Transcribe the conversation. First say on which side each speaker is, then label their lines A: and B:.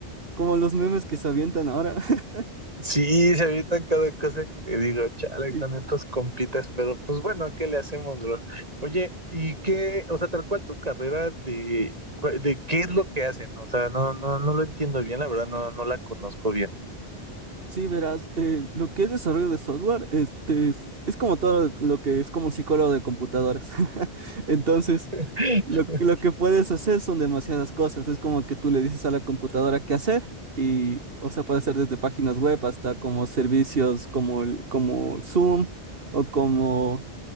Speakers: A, on the right; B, on the right.
A: como los memes que se avientan ahora. <laughs>
B: Sí, se avientan cada cosa que digo, chale,
A: Y
B: con estos compitas, pero pues bueno, ¿qué le hacemos, bro? Oye, ¿y qué? O sea, tal cual tu carrera de, cu- de qué es lo que hacen? O sea, no, no, no lo entiendo bien, la verdad, no, no la conozco bien.
A: Sí, verás, eh, lo que es desarrollo de software, este es, es como todo lo que es como un psicólogo de computadoras. <laughs> Entonces,
B: <laughs>
A: lo, lo que puedes hacer son demasiadas cosas. Es como que tú le dices a la computadora qué hacer y, o sea, puede hacer desde páginas web hasta como servicios como, el- como Zoom o como,